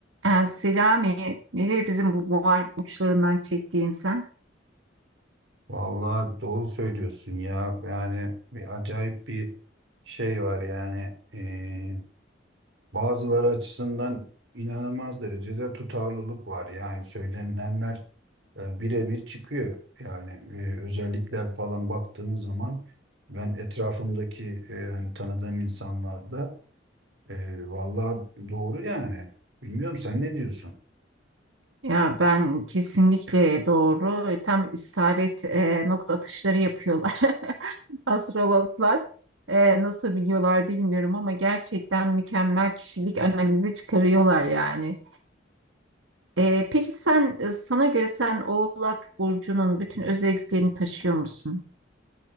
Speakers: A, on the right (about 85°); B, on the right (about 65°).
A: Yani Selami, nedir bizim bu boğal uçlarından çektiğin sen?
B: Vallahi doğru söylüyorsun ya. Yani bir acayip bir şey var yani. Ee, bazıları açısından inanılmaz derecede tutarlılık var. Yani söylenenler e, birebir çıkıyor. Yani e, özellikler falan baktığın zaman ben etrafımdaki e, hani tanıdığım insanlarda e, vallahi doğru yani. Bilmiyorum sen ne diyorsun?
A: Ya ben kesinlikle doğru. E, Tam isabet e, nokta atışları yapıyorlar <laughs> astrologlar. E, nasıl biliyorlar bilmiyorum ama gerçekten mükemmel kişilik analizi çıkarıyorlar yani. E, peki sen e, sana göre sen Oğlak Burcu'nun bütün özelliklerini taşıyor musun?